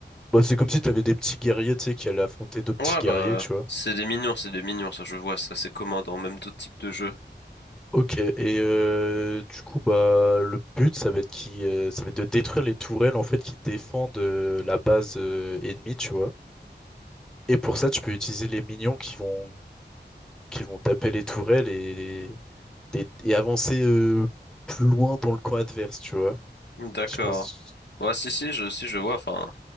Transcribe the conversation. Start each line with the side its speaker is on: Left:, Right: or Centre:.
Centre: Bah, c'est comme si t'avais des petits guerriers, tu sais, qui allaient affronter deux petits
Left: Ouais,
Centre: guerriers,
Left: bah,
Centre: tu vois.
Left: c'est des mignons, c'est des mignons, ça je vois, ça c'est commun dans même d'autres types de jeux.
Centre: Ok, et euh, du coup, bah, le but, ça va être qui, euh, ça va être de détruire les tourelles, en fait, qui défendent euh, la base euh, ennemie, tu vois. Et pour ça, tu peux utiliser les minions qui vont qui vont taper les tourelles et, des- et avancer euh, plus loin dans le coin adverse, tu vois.
Left: D'accord.
Centre: Je sais pas si-
Left: Ouais, si, si, je, si, je vois, enfin,